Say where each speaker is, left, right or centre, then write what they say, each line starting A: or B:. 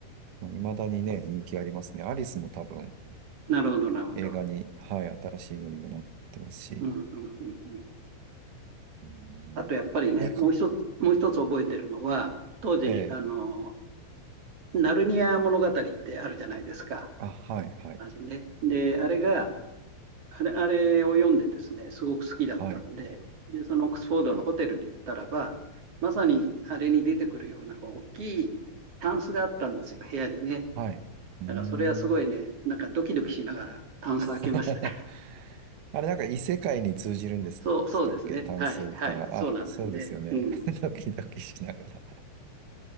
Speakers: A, on the right (about 80°); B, on the right (about 35°).
A: 未だにね、人気ありますね。アリスも多分
B: なるほど、なるほど。
A: 映画に、はい、新しいのにもなってますし、
B: うん、うん、うん。うん
A: うーんにか、
B: あとやっぱりね、もう一つ、もう一つ覚えてるのは、当時、
A: ええ
B: あの、ナルニア物語ってあるじゃないですか。
A: あ、はい、はい、
B: ね、で、あれが、あれあれを読んでですね、すごく好きだったんで、
A: はい、
B: で、そのオックスフォードのホテルに行ったらば、まさにあれに出てくるようなこう大きいタンスがあったんですよ、部屋にね。
A: はい。うーん。
B: だからそれはすごいね、なんかドキドキしながらタンス開けまして。
A: <laughs> あれ、なんか異世界に通じるんでしたっけ単数から。
B: そう、そうですね。はい、はい、そうなんですね。
A: あ、そうですよね。
B: うん。
A: <laughs> ドキドキしながら。